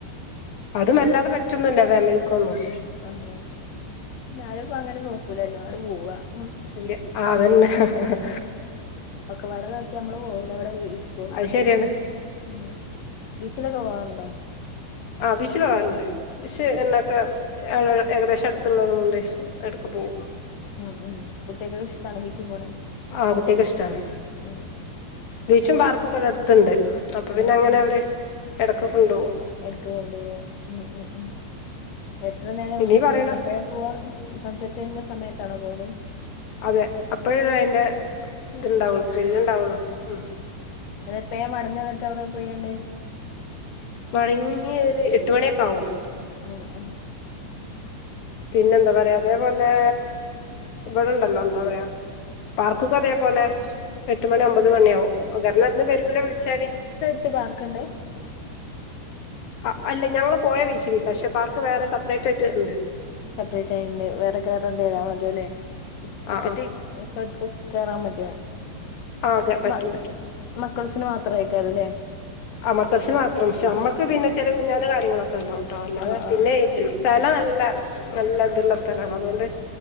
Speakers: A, on the left; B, on the left.
A: അതുമല്ലാതെ പറ്റുന്നില്ലഫാമിലിക്കൊന്നും
B: ആഹാ ഞാൻ ഇപ്പോ അങ്ങനെ നോക്കൂല്ലലോഅങ്ങട് പോവാ ഉം,
A: ഇല്ല ആതന്നെ. ഹ്
B: ഒക്കെ വാട നോക്കിയ നമ്മള് പോവൂല ഇവിടെ ഇരിക്കള്ളു.
A: അത് ശരിയാണ്
B: ഉം ബീച്ചിലൊക്കെ പോവാറുണ്ടോ?
A: ആ ബിച്ചിൽ പോവാറുണ്ട്. പക്ഷെ എന്നെക്കെ ഏകദേശം അടുത്തുള്ളത് കൊണ്ട് എടക്ക് പോവും
B: ഉം ഉം കുട്ടികക്കൊക്കെ ഇഷ്ടാണോ ബീച്ചിൽ പോണേ?
A: ആ കുട്ടിയക്ക് ഇഷ്ടാണ്
B: ഉം
A: ബീച്ചും
B: അവിടെ
A: പാർക്കും
B: എത്ര
A: ഒക്കെ ഇവിടെ അടുത്തണ്ട് അപ്പൊ
B: ആ
A: പിന്നെ അങ്ങനെ
B: ഉം
A: അവര് എടക്ക് കൊണ്ടു പോകും.
B: ണ്ടു പോവും ഉം ഉം ഉം എത്ര നേരം
A: ഇനി പറയണ
B: പിന്നെ എപ്പോഴാപോവാ സൺസെറ്റിന്റെ സമയത്താണോ പോകല്.
A: അതെ അപ്പഴേ അതിന്റെ ഇത്ണ്ടാവുള്ളു ത്രില്ല് ഉണ്ടാവുള്ളു. ഉം
B: <unintelligible> അവിടെ പോയണ്ട്
A: മടങ്ങിയ ഒരു എട്ട് മണിയൊക്കെ ആവും.
B: ഉം ഹ
A: പിന്നെ എന്താ പറയാ അതേപോലെ ഇവിടെണ്ടല്ലോ എന്താ പറയാ പാർക്കൊക്കെ അതേപോലെ എട്ട് മണി അമ്പത്
B: ഉം
A: മണിയാവും കാരണം അന്ന് വരൂല വിളിച്ചാല്.
B: ത്ത് പാർക്ക്ണ്ട്.
A: ആ അല്ല ഞങ്ങള് പോയ ബീച്ചിലില്ല പക്ഷെ പാർക്ക് വേറെ സെപ്പറേറ്റ് ആയിട്ട് ഉണ്ട്.
B: സെപ്പറേറ്റ് ആയിട്ടണ്ട് വേറെ കേയറണ്ട വരാ
A: ആഹ്
B: മതിയല്ലേ. ടിക്കറ്റ്
A: ആഹ്
B: ഒക്കെ എടുത്ത് കേറാൻ മതിയാവും
A: ആ അതെ പറ്റും
B: മ്മ
A: പറ്റും
B: മക്കൾസിന് മാത്രം ആയിക്കാറല്ലേ?
A: ആമക്കൾ സിന്ന് മാത്രം പക്ഷേ നമ്മക്ക് പിന്നെ ചെല ഊഞ്ഞാലും കാര്യങ്ങളൊക്കെ ഉണ്ടാവു ട്ടോ അല്ലാതെ
B: ആഹ് ആഹ്
A: പിന്നെ സ്ഥല നല്ല നല്ല ഇതുള്ള സ്ഥലാണ് അതുകൊണ്ട്